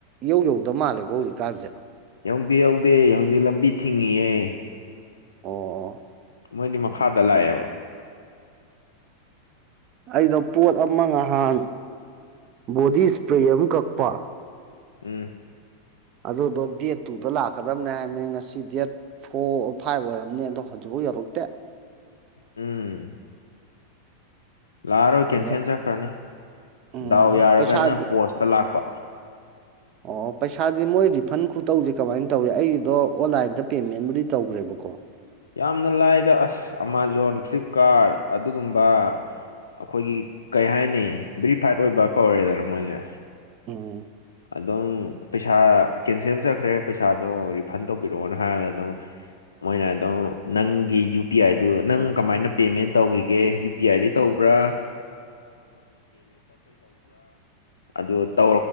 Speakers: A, on the right; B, on the left.
A: ꯌꯧ ꯌꯧꯗ ꯃꯥꯜꯂꯦꯀꯣ ꯍꯧꯖꯤꯛꯀꯥꯟꯁꯦ
B: ꯌꯧꯗꯦ ꯌꯧꯗꯦ ꯍꯧꯖꯤꯛ ꯂꯝꯕꯤ ꯊꯤꯡꯉꯌꯦ
A: ꯑꯣ ꯑꯣ
B: ꯃꯣꯏꯗꯤ ꯃꯈꯥꯗ ꯂꯥꯛꯑꯦꯕ
A: ꯑꯩꯅ ꯄꯣꯠ ꯑꯃ ꯉꯍꯥꯟ ꯕꯣꯗꯤ ꯏꯁꯄ꯭ꯔꯦ ꯑꯃ ꯀꯛꯄ
B: ꯎꯝ
A: ꯑꯗꯨꯗꯣ ꯗꯦꯠ ꯇꯨꯗ ꯂꯥꯛꯀꯗꯕꯅꯦ ꯍꯥꯏꯕꯃꯦ ꯉꯁꯤ ꯗꯦꯠ ꯐꯣꯔ ꯐꯥꯏꯚ ꯑꯣꯏꯔꯝꯅꯦ ꯑꯗꯣꯛ ꯑꯗꯨꯖꯤꯐꯥꯎ ꯌꯧꯔꯛꯇꯦ
B: ꯎꯝ ꯂꯥꯛꯑꯔꯣꯏ
A: ꯑꯗꯣ
B: ꯀꯦꯟꯁꯦꯟ ꯆꯠꯈ꯭ꯔꯅꯤ
A: ꯎꯝ
B: ꯗꯥꯎ ꯌꯥꯔꯒꯅ
A: ꯄꯩꯁꯥꯗꯤ
B: ꯄꯣꯁꯇ ꯂꯥꯛꯄ
A: ꯑꯣ ꯄꯩꯁꯥꯗꯤ ꯃꯣꯏ ꯔꯤꯐꯟ ꯈꯨꯇꯧꯁꯦ ꯀꯃꯥꯏꯅ ꯇꯧꯏ ꯑꯩꯒꯤꯗꯣ ꯑꯣꯟꯂꯥꯏꯟꯗ ꯄꯦꯃꯦꯟꯕꯨꯗꯤ ꯇꯧꯈ꯭ꯔꯦꯕꯣ ꯀꯣ
B: ꯌꯥꯝꯅ ꯂꯥꯏꯗ ꯑꯁ ꯑꯃꯥꯥꯖꯣꯟ ꯐ꯭ꯂꯤꯞꯀꯥꯔꯠ ꯑꯗꯨꯒꯨꯝꯕ ꯑꯩꯈꯣꯏꯒꯤ ꯀꯩ ꯍꯥꯏꯅꯤ ꯕꯔꯤꯐꯥꯏꯠ ꯑꯣꯏꯕ
A: ꯎꯝ
B: ꯀꯧꯔꯦꯗꯅ ꯃꯣꯏꯁꯦ
A: ꯎꯝ
B: ꯑꯗꯨꯝ ꯄꯩꯁꯥ ꯀꯦꯟꯁꯦꯜ ꯆꯠꯈ꯭ꯔꯦ ꯄꯩꯁꯥꯗꯣ ꯔꯤꯐꯟ ꯇꯧꯕꯤꯔꯛꯑꯣꯅ ꯍꯥꯏꯕꯗ ꯑꯗꯨꯝ ꯃꯣꯏꯅ ꯑꯗꯨꯝ ꯅꯪꯒꯤ ꯌꯨ ꯄꯤ ꯑꯥꯏꯗꯨ ꯅꯪ ꯀꯃꯥꯏꯅ ꯄꯦꯃꯦꯟ ꯇꯧꯈꯤꯒꯦ ꯌꯨ ꯄꯤ ꯑꯥꯏꯗꯤ ꯇꯧꯕ꯭ꯔꯥ ꯥ ꯇ